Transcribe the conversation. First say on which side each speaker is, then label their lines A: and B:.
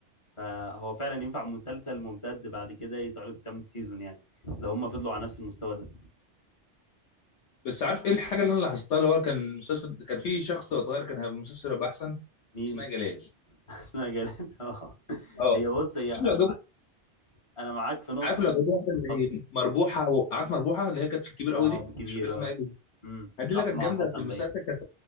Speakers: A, on the left; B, on the left.
A: فهو فعلا ينفع مسلسل ممتد بعد كده يتعرض كام سيزون يعني لو هم فضلوا على نفس المستوى ده
B: بس عارف ايه الحاجه اللي انا لاحظتها اللي هو كان مسلسل كان في شخص وهو صغير كان هيبقى المسلسل هيبقى احسن
A: مين
B: اسمها جلال
A: <laughs> اسمها جلال اه
B: اه
A: هي بص
B: عارف
A: هي انا
B: لو جابوا
A: معاك انا معاك في نقطه
B: عارف لو
A: إن-
B: جابوا واحده
A: اتفضل
B: زي مربوحه و... عارف مربوحه اللي هي كانت في الكبير قوي
A: اه
B: دي
A: بالكبيره
B: مش فاكر اسمها ايه بالظبط.
A: امم
B: دي اللي
A: رحمه
B: كانت جامده
A: حسن
B: في المسلسل
A: باين
B: كانت